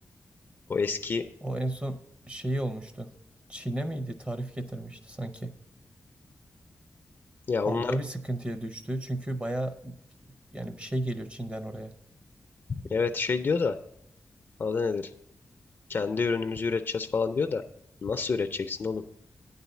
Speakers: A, on the left; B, on the right.
A: O eski
B: O en son şeyi olmuştu. Çin'e miydi? Tarif getirmişti sanki.
A: ya onlar
B: Orada bir sıkıntıya düştü. Çünkü bayağı yani bir şey geliyor Çin'den oraya.
A: evet şey diyor da adı nedir? Kendi ürünümüzü üreteceğiz falan diyor da nasıl üreteceksin oğlum?